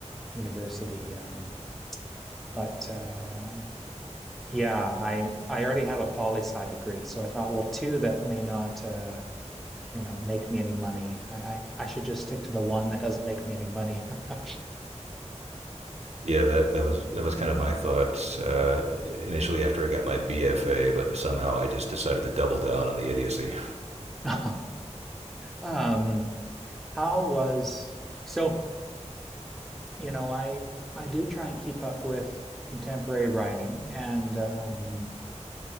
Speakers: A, in the centre; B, on the right.
A: university. Um, but uh, yeah, I I already have a poli sci degree, so I thought, well, two that may not, uh, you know, make me any money. I, I I should just stick to the one that doesn't make me any money. <laughs>
B: Yeah, that, that was that was kind of my thought uh, initially after I got my BFA, but somehow I just decided to double down on the idiocy.
A: No. Um, how was so, you know, I I do try and keep up with contemporary writing and um